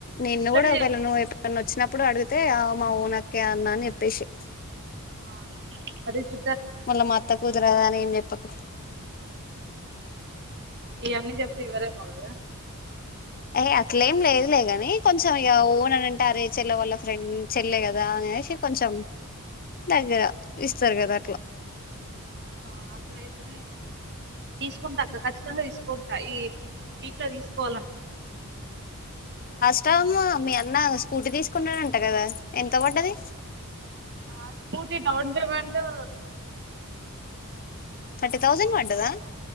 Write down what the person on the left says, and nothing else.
నిన్న
గూడా ఒకవేళ నువ్వు ఎప్పుడన్న వచ్చిన ఇప్పుడు అడిగితే ఆ మా ఓన్ అక్కే అన్నా అని చెప్పేసి
మళ్ళా మా అత్త కూతురు గదా అని ఏం చెప్పకు
అయ్ అట్లేం లేదు లే గాని కొంచెం ఇక ఓన్ అని అంటారే చెల్ల వాళ్ళ ఫ్రెండ్ చెల్లె గదా అనేసి కొంచెం దగ్గర
ఇస్ స్టర్ గదా అట్లా
ఇస్తమ్మా మీ అన్న స్కూటీ తీసుకున్నడంట గదా ఎంత పడ్డది
అంటే తౌసండ్ డదా